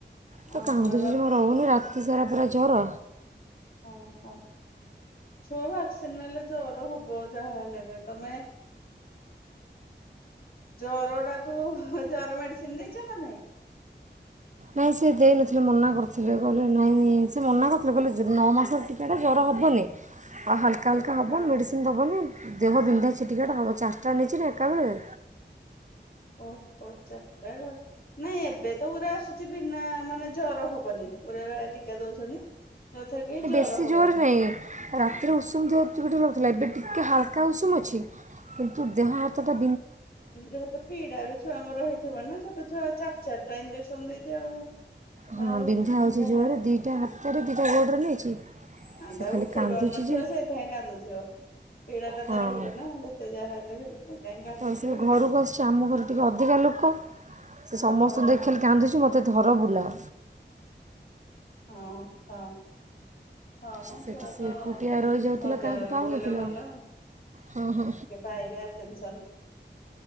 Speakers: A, on the right (about 40°); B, on the left (about 55°).
A: ତ
B: ଓହୋ
A: କାନ୍ଦୁଚି
B: ର
A: ଜମା ରହୁନି ରା ସାରା ପୁରା ଜର।
B: ଅ ହ। ଛୁଆ ଭାକ୍ସିନି ନେଲେ ଜର ହବ ବହୁ ଯାହା ହେଲେ ତମେ ଜର ଟାକୁ ଜର ମେଡିସିନ ଦେଇଛ ନା ନାଇଁ?
A: ନାଇଁ ସେ ଦେଇନଥିଲେ ମନା କରିଥିଲେ କହିଲେ ନାଇଁ ନାଇଁ ସେ ମନା କରିଥିଲେ କହିଲେ ନଅ ମାସ ଟିକାଟା ଜର ହେବନି ଆଉ ହାଲ କା ହାଲ୍କା ହେବ
B: ହଁ
A: ମେଡ଼ିସିନ ଦବନି ଦେହ ବିନ୍ଧା ଛିଟିକା ଟା ହେବ ଚାରିଟା ନେଇଛି ନା ଏକାବେଳେ
B: ଓ ହୋ ଚାରିଟା ନାଇଁ ଏବେ ତ ପୁରା ଆସୁଛି ବିନା ମାନେ ଜର ହବନି ପୁରା ଟିକା ଦଉଛନ୍ତି। ଯୋଉଥିରେ କି ଜର
A: ବେଶୀ
B: ହବନି
A: ଜୋର ନାହିଁ ରାତିରେ ଉଷୁମ ଟିକେ ଟିକେ ଏବେ ଟିକେ ହାଲକା ଉଷୁମ ଅଛି କିନ୍ତୁ ଦେହ ହାତ ଟା
B: ଏମିତିରେ ତ ପିଡା ବି ଛୁଆ ଙ୍କ ର ହେଇଥିବା ନା ଛୋଟ ଛୁଆ ଚାରି ଚାରି ଟା ଇଞ୍ଜେକ୍ସନ ଦେଇଥିବେ ଆଉ।
A: ହଁ
B: ଆଉ
A: ବିନ୍ଧା ହଉଛି
B: ଯାହା
A: ଜୋରେ ଦିଟା ହା ହାତରେ ଦିଟା ଗୋଡ଼ ରେ ନେଇଛି
B: ଆ
A: ସେ
B: ତା
A: ଖାଲି
B: ଉଠେଇ
A: କାନ୍ଦୁଛି
B: ପାରୁନଥିବ
A: ଯେ
B: ସେଇଥିପାଇଁ କାନ୍ଦୁଥିବ ପୀଡ଼ା ଟା
A: ହଁ।
B: ତ ରହିବ ନା ଯେତେ ଯାହା ହେଲେ ବି। ସେଥିପାଇଁ କାନ୍ଦୁଥିବ
A: ତ ସେ
B: ଆଉ।
A: ଘରକୁ ଆସିଛି ଆମ ଘରେ ଟିକେ ଅଧିକା ଲୋକ ସେ ସମସ୍ତଙ୍କୁ
B: ହଉ ହଉ।
A: ଦେଖିଲେ କାନ୍ଦୁଛି ମୋତେ ଧର ବୁଲାଅ
B: ହଁ ହଁ। ହଁ ମ
A: ସେଠି
B: ଛୁଆ
A: ସେ
B: ତ
A: ଏକୁଟିଆ ରହିଯାଉଥିଲା
B: ଅଜା
A: କାହାକୁ
B: ଘରକୁ
A: ପାଉନଥିଲା
B: ଗଲେ ଭଲ
A: ହଁ ହଁ।
B: ଟିକେ ପାଇବେ ଆଟେନ୍ସନ।